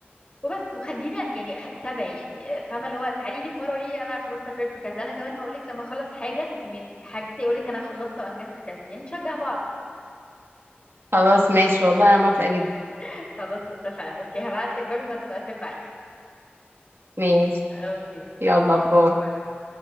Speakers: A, on the left; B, on the right.
A: وبس وخلينا يعني خ... تابع يعني فاهمه اللي هو تعالي لي في مره وليه انا خلاص سافرت كذا انا كمان هقول لك لما اخلص حاجه من حاجتي اقول لك انا خلصت وانجزت كذا يعني نشجع بعض
B: خلاص ماشي والله انا موافقة جدا
A: <laughs> خلاص اتفقنا اوكي هبعت لك برضه بعد ما اقفل معاكي
B: ماشي
A: اوكي اتفقنا
B: يلا باي
A: باي